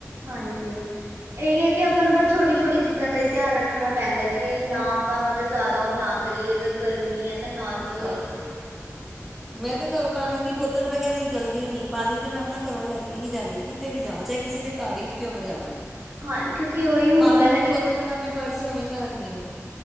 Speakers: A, on the right (about 55°); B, in the centre.
A: ਹਾਂਜੀ, ਏਈ ਏ ਕਿ ਆਪਾਂ ਨੂੰ ਬਾੱਸ ਛੋਟੀ ਛੋਟੀ ਚੀਜਾਂ ਦਾ ਈ ਧੇਆਨ ਰੱਖਣਾ ਪੈਂਦੈ, ਕਿ ਨਾ ਆਪਾਂ ਮਤਲਬ ਜਾਦਾ ਓ ਨਾ ਕਰੀਏ ਅਗਰ ਗਰਮੀ ਏ ਤਾਂ ਨੋਰਮਲ ਮਲ ਈ
B: ਆਹੋ
A: ਓ ਕ
B: ਮੈਂ ਤੇ ਘਰੋਂ ਪਾਨੀ ਦੀ ਬੋਤਲ ਬਗੈਰ ਨਿਕਲਦੀ ਈ ਨੀ, ਪਾਨੀ ਤੇ ਮੈਂ ਅਪਨਾ ਘਰੋਂ ਲੈ ਕੇ ਈ ਜਾਂਨੀ ਆਂ, ਕਿਤੇ ਵੀ ਜਾਵਾਂ ਚਾਏ ਕਿਸੇ ਦੇ ਘਾਰ ਈ ਕਿਉਂ ਨਾ ਜਾਵਾਂ।
A: ਹਾਂ, ਕਿਉਂਕਿ ਓਈ ਹੁੰਦੈ
B: ਪਾਣੀ
A: ਨਾ
B: ਦੀ
A: ਕਿ
B: ਬੋਤਲ ਤੇ ਮੈਂ ਅਪਨੇ ਪਰਸ ਚ ਹਮੇਸ਼ਾ ਰੱਖਨੀ ਆਂ।